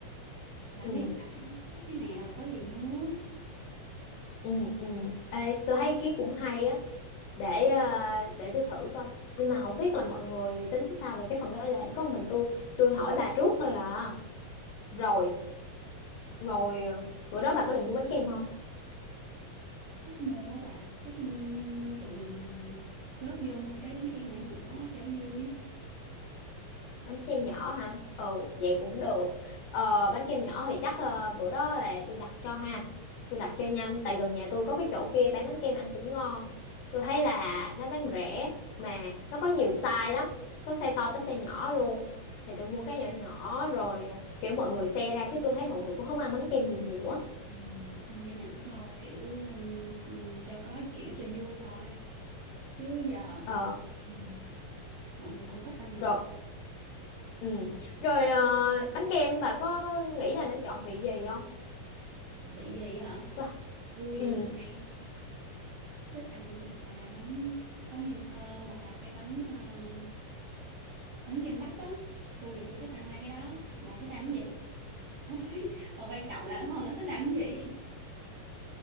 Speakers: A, on the right (about 75°); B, on the left (about 75°).
A: là
B: ừ
A: biết bả thích cái nào và có gì mua
B: ừ ừ Ê, tôi thấy ý kiến cũng hay á để ờ, để tôi thử coi nhưng mà không biết là mọi người tính sao về cái phần đó là có mình tôi tôi hỏi bà trước thôi à rồi rồi ờ, bữa đó bà có định mua bánh kem không
A: chắc mua á bà chắc ừm, tụi mình góp vô mua cái bánh kem nhỏ nhỏ cho vui
B: bánh kem nhỏ hả ừ vậy cũng được ờ, bánh kem nhỏ thì chắc ờ, bữa đó là tôi đặt cho ha tôi đặt cho nhanh tại gần nhà tôi có cái chỗ kia bán bánh kem ăn cũng ngon tôi thấy là nó bán rẻ mà nó có nhiều size lắm có size to tới size nhỏ luôn thì tôi mua cái nhỏ nhỏ rồi ờ, kiểu mọi người share ra chứ tôi thấy mọi người cũng không ăn bánh kem gì nhiều á
A: Ừ, nhỏ nhỏ thôi kiểu ừ, cho có kiểu cho vui thôi chứ giờ
B: ờ
A: ừ, mọi người cũng ít ăn ngọt
B: rồi ừ rồi ờ, bánh kem bà có nghĩ là nên chọn vị gì không
A: vị gì hả
B: Tôi-
A: tôi
B: Ừ.
A: tôi hay thích ăn gì ta bánh có nhân thơm hoặc là cái bánh ờ, bánh kem bắp á tôi thì tôi thích ăn hai cái đó bà thích ăn cái gì <laughs> không biết mà quan trọng là hơn nó thích ăn cái gì <laughs>